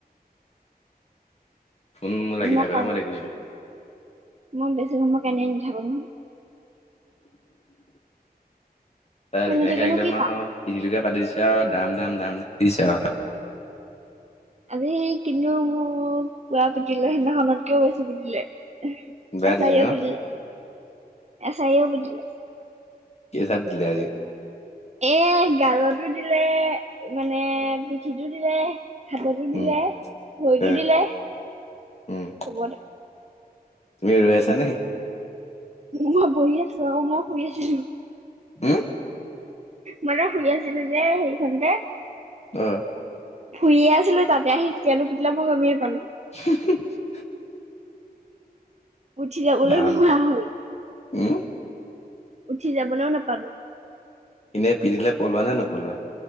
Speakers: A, on the left; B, on the right.
A: ফোন মোৰ লাগি
B: মই
A: থাকোতে
B: কান্দি
A: দেখিছো
B: মই বেছি সময় কান্দি নাথাকো নহয়।
A: তাই
B: কান্দি
A: ধুনীয়াকে
B: থাকিনো
A: একদম
B: কি
A: আহ
B: পাম
A: পিতিটোকে পাতি দিছে আৰু দাম দাম দাম দিছে আৰু
B: আজি কিন্তু মোৰ পোৰা পিটিলে সেইদিনাখনতকেও বেছি পিটিলে।
A: বেয়া
B: এছাৰিও
A: দিছে ন
B: পিটিলে এছাৰিও পিটিলে
A: কেইছাথ দিলে আজি।
B: এ গালতো দিলে মানে পিঠিটো দিলে। হাততো দিলে
A: উম
B: ভৰিতো
A: হয়
B: দিলে
A: উম
B: চবতে।
A: তুমি ৰৈ আছা নে।
B: মই বহি আছো আও মই শুই আছিলোঁ।
A: হম।
B: মানে শুই আছিলো যে সেখনতে।
A: অ'।
B: শুহয়ে আছিলো তাতে আহি কেতিয়া আহি পিটিলে মই গমেই না পালো।
A: <unintelligible>
B: উঠি যাবলৈ
A: ধাম
B: নোহোৱা হল
A: উম
B: উঠি যাবলৈও নাপালো।
A: এনেই পিটিলে পলোৱা নে নপলোৱা।